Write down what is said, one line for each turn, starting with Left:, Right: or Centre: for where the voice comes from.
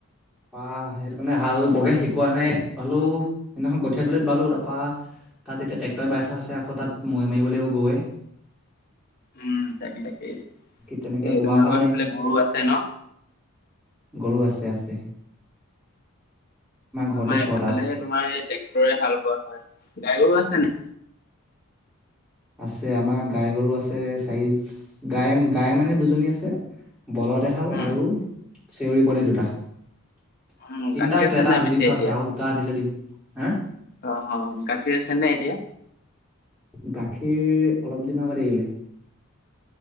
Centre: আহ সেইটো কাৰণে হাল বকে শিকোৱা নাই হ'লো সদিনাখন কঠিয়াতলিত বালো তাৰপা তাত এতিয়া ট্ৰেক্টৰ বাই থোৱা আছে আকৌ তাত মৈ মাৰিবলৈও গৈৱে
Left: উম তাকে তাকেই
Centre: তেনেকে
Left: এই
Centre: বোৱা
Left: তোমালোকৰ
Centre: হোৱা নাই
Left: সেইফালে গৰু আছে ন
Centre: গৰু আছে আছে ঘৰতে
Left: আমাৰ
Centre: ছটা
Left: এফালেহে তোমাৰ এই ট্ৰেক্টৰে হাল বোৱা হয় গাই গাওঁ আছেনে
Centre: আছে আমাৰ গাই গৰু আছে চাৰি গাই গাই মানে দুজনী আছে বলদেহাল
Left: উম,
Centre: আৰু চেউৰী পোৱলি দুটা তিনিটা
Left: উম, গাখীৰ
Centre: আছিলে
Left: আছে
Centre: এটা
Left: নাই
Centre: আধি
Left: পিছে
Centre: দি থোৱা
Left: এতিয়া?
Centre: আছে আৰু দুটা আধিলৈ দিম হা
Left: অ অ গাখীৰ আছে নাই এতিয়া
Centre: গাখীৰ অলপ দিনৰ আগত এৰিলে